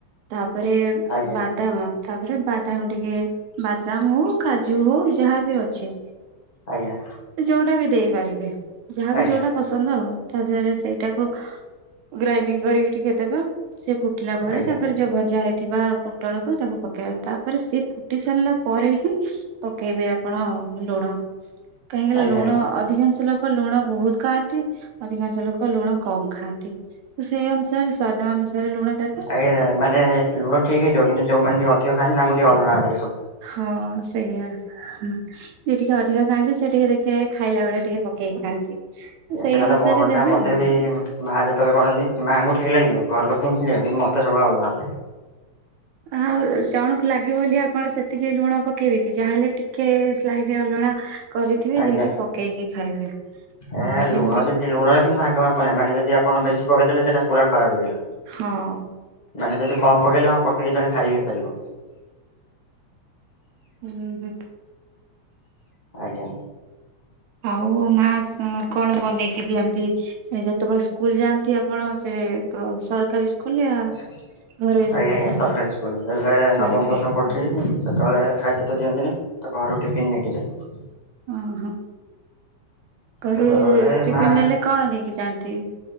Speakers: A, on the right; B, on the left.
A: ତାପରେ
B: ଆଜ୍ଞା
A: ବାଦାମ, ତାପରେ ବାଦାମ ଟିକେ, ବାଦାମ ହଉ କାଜୁ ହଉ ଯାହା ବି ଅଛି
B: ଆଜ୍ଞା।
A: ଯୋଉଟା ବି ଦେଇପାରିବେ, ଯାହାକୁ
B: ଆଜ୍ଞା
A: ଯୋଉଟା ପସନ୍ଦ ଆଉ, ତା ଦେହରେ ସେଇଟାକୁ ଗ୍ରାଇଣ୍ଡିଙ୍ଗ୍ କରିକି ଟିକେ ଦେବେ, ସେ ଫୁ ଫୁଟିଲା ପରେ,
B: ଆଜ୍ଞା
A: ତାପରେ ଯୋଉ ଭଜା ହେଇ ଥିବା ପୋଟଳକୁ ତାକୁ ପକେଇବା, ତାପରେ, ସେ ଫୁଟି ସାରିଲା ପରେ ହିଁ ପକେଇବେ ଆପଣ ଲୁଣ, କାହିଁକିନା
B: ଆଜ୍ଞା ଆଜ୍ଞା
A: ଲୁଣ ଅଧିକାଂଶ ଲୋକ୍ ଲୋକ ଲୁଣ ବହୁତ ଖାଆନ୍ତି, ଅଧିକାଂଶ ଲୋକ ଲୁଣ କମ୍ ଖାଆନ୍ତି। ତ ସେଇ ଅନୁସାରେ ସ୍ଵାଦ ଅନୁସାରେ ଲୁଣ ଦେବେ।
B: ଏ-ଏ-ଏ ମାନେ-ଏ-ଏ ଲୁଣ ଠିକ୍ ହେଇଥିବ, କିନ୍ତୁ ଯୋଉମାନେ ଟିକେ ଅଧିକ ଖାଆନ୍ତି, ତାଙ୍କୁ ଟିକେ ଅଲଣା ଲାଗେ ସବୁବେଳେ।
A: ହଁ, ସେଇଆ ହୁଁ। ଯିଏ ଟିକେ ଅଧିକ ଖାଆନ୍ତି, ସେ ଟିକେ ଦେଖିବେ ଖାଇଲା ବେଳେ ଟିକେ ପକେଇକି ଖାଆନ୍ତି। ସେଇ
B: ସେଟା
A: ଅନୁସାରେ
B: ତ ମୋ କଥା
A: ଦେବେ
B: ମତେ
A: ଆଉ।
B: ବି ମାଆ ଯେତେବେଳେ କରନ୍ତି, ମାଆଙ୍କୁ ଠିକ୍ ଲାଗିବ, ଘର ଲୋକଙ୍କୁ ଠିକ୍ ଲାଗିବ, କିନ୍ତୁ ମତେ ସବୁବେଳେ ଅଲଣା।
A: ଆଉ ଜଣକୁ ଲାଗିବ ବୋଲି, ଆଉ କଣ ସେତିକି ଲୁଣ ପକେଇବେ କି? ଯାହାହେଲେ ଟି ଟିକେ ସ୍ଲାଇଟ୍ ଅଲଣା କରିଥିବେ,
B: ଆଜ୍ଞା
A: ଯିଏକି ପକେଇକି ଖାଇବେ।
B: ଏ
A: ହଁ ଯେମିତି
B: ଲୁଣ ଯଦି ଲୁଣର କିନ୍ତୁ ଭାଗ ମାପ ନାହିଁ। ମାନେ, ଯଦି ଆପଣ ବେଶୀ ପକେଇଦେଲେ, ସେଇଟା ପୁରା ଖରାପ ହେଇଗଲା।
A: ହଁ।
B: ମାନେ ଯଦି କମ୍ ପକେଇଲେ, ହଁ ପକେଇକି ଜଣେ ଖାଇ ବିି ପାରିବ।
A: ହୁଁ ହୁଁ।
B: ଆଜ୍ଞା।
A: ଆଉ ମାଆ କଣ ବନେଇକି ଦିଅନ୍ତି? ଏ ଯେତେବେଳେ ସ୍କୁଲ୍ ଯାଆନ୍ତି ଆପଣ ସେ କୋଉ ସରକାରୀ <unintelligible>
B: ଆଜ୍ଞା
A: ଘରୋଇ ସ୍କୁଲ
B: ଆଜ୍ଞା
A: ଯାଆନ୍ତି?
B: ସରକାରୀ ସ୍କୁଲ, ଯେତେବେଳେ
A: ସରକାରୀ
B: ନବମ, ଦଶମ
A: ସ୍କୁଲ
B: ପଢୁଥିଲି ସେତେବେଳେ ଖାଇତେ ତ ଦିଅନ୍ତିନି। ତ ଘରୁ ଟିଫିନ୍ ନେଇକି ଯାଏ।
A: ଓହୋଃ। ଘରୁ
B: ସେତେବେଳେ
A: ଟିଫିନ୍
B: ମା
A: ନେଲେ, କଣ ନେଇକି ଯାଆନ୍ତି?